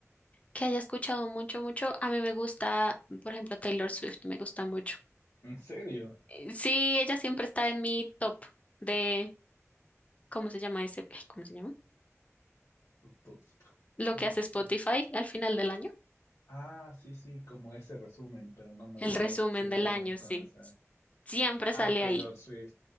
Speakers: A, on the left; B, on the left.
A: que haya escuchado mucho, mucho. A mí me gusta, por ejemplo, Taylor Swift, me gusta mucho.
B: ¿En serio?
A: Eh, Sí, ella siempre está en mi top de, ¿cómo se llama ese? Ay, ¿Cómo se llama?
B: Tú-
A: Lo
B: No
A: que hace
B: sé.
A: Spotify al final del año.
B: Ah, sí, sí, como ese resumen, pero no me
A: El
B: acuerdo
A: resumen
B: específicamente
A: del año,
B: cuándo
A: sí.
B: me sale.
A: Siempre
B: Ah,
A: sale
B: Taylor
A: ahí.
B: Swift.